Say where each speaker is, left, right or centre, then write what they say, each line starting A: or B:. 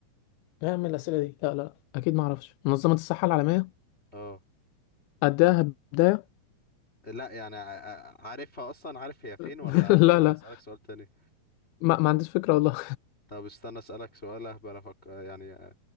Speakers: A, on the left; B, on the left.
A: نعمل الأسئلة دي لا لا اكيد ما اعرفش منظمه الصحه العالميه
B: اه
A: اديها بدايه
B: لا يعني ع- عارفها اصلا عارف هي فين ولا
A: <laughs> لا
B: ولا
A: لا
B: اسالك سؤال تاني
A: ما, ما عنديش فكره والله
B: طب استنى اسالك سؤال اهبل أفك... يعني أ-